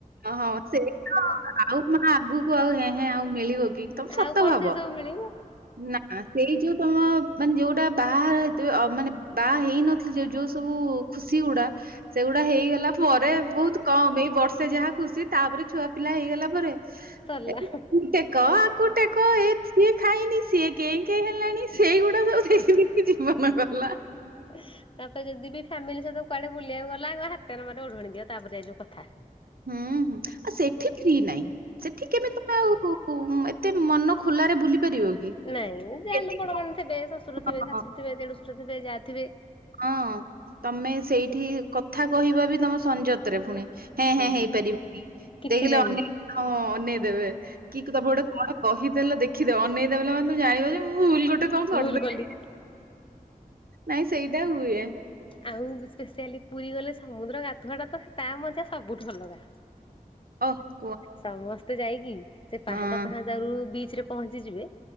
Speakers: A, on the right; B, on the left.
A: ଓହୋ! ସେଇତ ଆଉ, ଆଉ ମାଁ ଆଗକୁ ଆଉ ହେଁ ହେଁ ଆଉ ମିଳିବ କି? ତମେ ସତ
B: ଆଉ କଣ
A: ଭାବ।
B: ସେ ସବୁ ମିଳିବ।
A: ନାଁ। ଆ ସେଇ ଯୋଉ, ତମ ମାନେ ଯୋଉଟା ବାହା ହେଇଥିବ, ମାନେ ବାହା ହେଇନଥିଲେ ଯୋଉ ସବୁ ଖୁସି ଗୁଡା ସେଗୁଡା ହେଇଗଲା ପରେ ବହୁତ କମ୍ ଏଇ ବର୍ଷେ ଯାହା ଖୁସି। ତା'ପରେ ଛୁଆ ପିଲା ହେଇଗଲା ପରେ,
B: ସରିଲା
A: ଏଇ ତେ କ ଆକୁ ଟେକ, ଏ ସିଏ ଖାଇନି, ସିଏ କେଁ କେଁ ହେଲାଣି, ସେଇଗୁଡା ସବୁ ଦେଖି ଦେଖି ଜୀବନ ଗଲା।
B: <inaudible> ତା'ପରେ ଯଦି ବି ଫ୍ୟାମିଲି ସହିତ କୁଆଡେ ବୁଲିବାକୁ ଗଲ? ଆଗ ହାତରେ ମର ଓଢଣିି ଦିଅ, ତା'ପରେ ଯୋଉ କଥା।
A: ହୁଁ, ହୁଁ ଆଉ ସେଠି ଫ୍ରୀ ନାହିଁ। ସେଠି କେମିତି ତମେ ଆଉ-ଉ, ଏତ୍ ତେ ମନ ଖୋଲାରେ ବୁଲି ପାରିବ କି?
B: ନାଇଁ ଯାହାହେଲେ
A: ହଁ।
B: ବଡ ମାନେ ଥିବେ ଶ୍ୱଶୁର ଥିବେ ଶାଶୁ ଥିବେ, ଦେଢଶୂୁର ଥିବେ, ଯା ଥିବେ,
A: ହଁ, ତମେ ସେଇଠି କଥା କହିବ ବି, ତମ ସଂଯତରେ ଫୁଣି। ହେଁ
B: ହୁଁ
A: ହେଁ ହେଇପାରିବନି।
B: କିଛି
A: ଦେଖିଲ
B: ନାହିଁ
A: ଅନେଇ ହ ଅନେଇ ଦେବେ, କି ତମ ଗୋଟେ କଣ କହିଦେଲେ ଦେଖିଦ, ଅନେଇଦେଲା ମା ତମ ମାନେ ଜାଣିବ ଯେ ମୁଁ, ଭୁଲ୍ ଗୋଟେ କଣ କରିଦେଲି।
B: ଭୁଲ କଲି
A: ନାଇଁ ସେଇଟା ହୁଏ।
B: ଆଉ, ସ୍ପେଶସିଆଲି ପୁରୀ ଗଲେ ସମୁଦ୍ର ଗାଧୁଆଟା, ତ ତା ମଜା ସବୁଠୁ ଅଲଗା।
A: ଓହଃ
B: ସମସ୍ତେ ଯାଇକି ସେ
A: ହଁ
B: ପାହାନ୍ତା, ପାହାନ୍ତା। ତାରୁ ବିଚ୍ ରେ ପହଞ୍ଚି ଯିବେ,